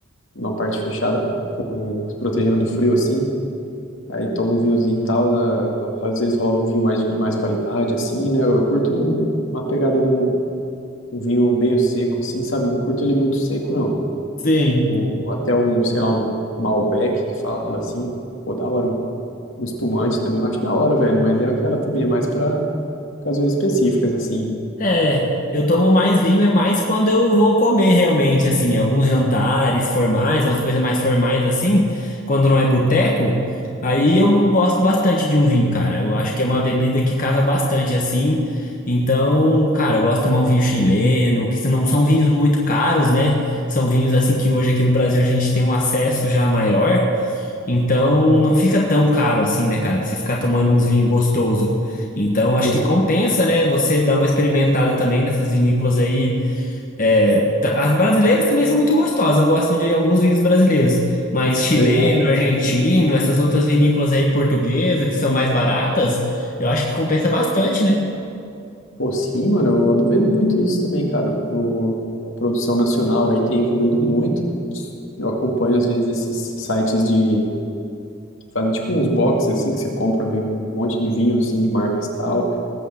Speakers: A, on the left (about 70°); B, on the left (about 40°).
A: numa parte fechada, com, se protegendo do frio assim. Aí toma um vinhozinho e tal, a- às vezes rola um vinho mais, de mais qualidade assim, né? Eu curto uma pegada de um, um vinho meio seco assim, sabe? Não curto ele muito seco não.
B: Sim.
A: Um- até um, sei lá, um Malbec que fala assim, pô, da hora, mano. Um espumante também eu acho da hora, velho, mas é aquela também, é mais pra ocasiões específicas assim.
B: É, eu tomo mais vinho é mais quando eu vou comer realmente, assim, alguns jantares formais, umas coisas mais formais assim, quando não é boteco, aí eu gosto bastante de um vinho, cara. Eu acho que é uma bebida que casa bastante assim. Então, cara, eu gosto de tomar um vinho chileno, que não são vinhos muito caros, né? São vinhos assim que hoje aqui no Brasil a gente tem um acesso já maior. Então não fica tão caro assim, né, cara? Pra você ficar tomando uns vinhos gostoso. Então acho
A: Exato.
B: que compensa, né? Você dar uma experimentada também nessas vinícolas aí. É, tá- as brasileiras também são muito gostosas. Eu gosto de alguns vinhos brasileiros, mas chileno,
A: Verdade.
B: argentino, essas outras vinícolas aí portuguesas que são mais baratas, eu acho que compensa bastante, né?
A: Pô, sim, mano, eu ando vendo muito isso também, cara. O, a produção nacional aí tem evoluído muito. Eu acompanho, às vezes, esses sites de... que fazem tipo uns boxes, assim, que você compra, vê um monte de vinho, assim, de marcas tal,